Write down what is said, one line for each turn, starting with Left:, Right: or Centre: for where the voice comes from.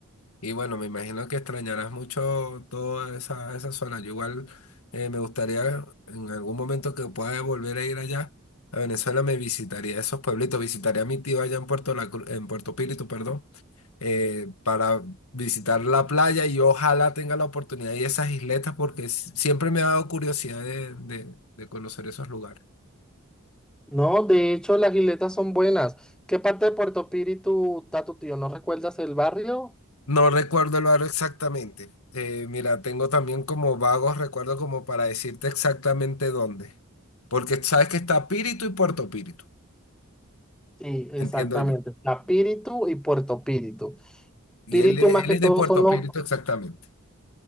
Left: Y bueno, me imagino que extrañarás mucho toda esa, esa zona. Yo igual eh, me gustaría en algún momento que pueda volver a ir allá a Venezuela, me visitaría esos pueblitos, visitaría a mi tío allá en Puerto La Cruz, en Puerto Píritu, perdón. eh, para visitar la playa y ojalá tenga la oportunidad de esas isletas porque s- siempre me ha dado curiosidad de, de- de conocer esos lugares.
Centre: No, de hecho las isletas son buenas. ¿Qué parte de Puerto Píritu está tu tío? ¿No recuerdas el barrio?
Left: No recuerdo el barrio exactamente. Eh, mira, tengo también como vagos recuerdos como para decirte exactamente dónde. Porque sabes que está Píritu y Puerto Píritu,
Centre: Sí, exactamente.
Left: entiendo yo.
Centre: Está Píritu y Puerto Píritu.
Left: Y
Centre: Píritu
Left: él, él
Centre: más que
Left: es
Centre: todo
Left: de Puerto
Centre: son los,
Left: Píritu exactamente.